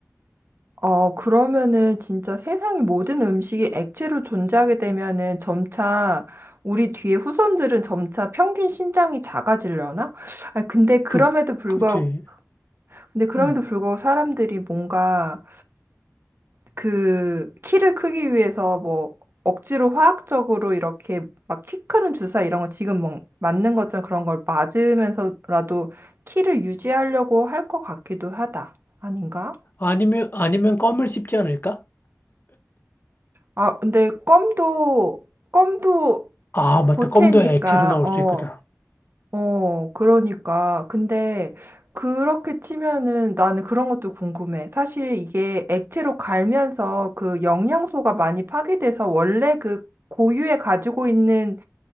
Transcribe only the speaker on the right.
어, 그러면은 진짜 세상의 모든 음식이 액체로 존재하게 되면은 점차 우리 뒤에 후손들은 점차 평균 신장이 작아지려나? 아, 근데 그럼에도
불구하고,
근데 그럼에도
불구하고 사람들이 뭔가 그 키를 크기 위해서 뭐 억지로 화학적으로 이렇게 막 키 크는 주사 이런 거 지금 막 맞는 것처럼 그런 걸 맞으면서라도 키를 유지하려고 할 것 같기도 하다. 아닌가?
아, 근데 껌도 껌도
고체니까
어
어, 그러니까. 근데 그렇게 치면은 나는 그런 것도 궁금해. 사실 이게 액체로 갈면서 그 영양소가 많이 파괴돼서 원래 그 고유에 가지고 있는